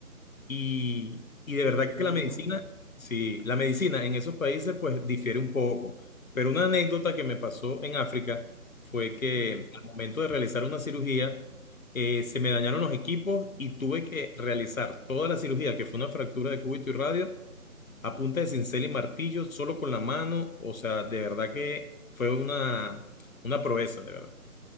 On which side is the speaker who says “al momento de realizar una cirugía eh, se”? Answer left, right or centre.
Left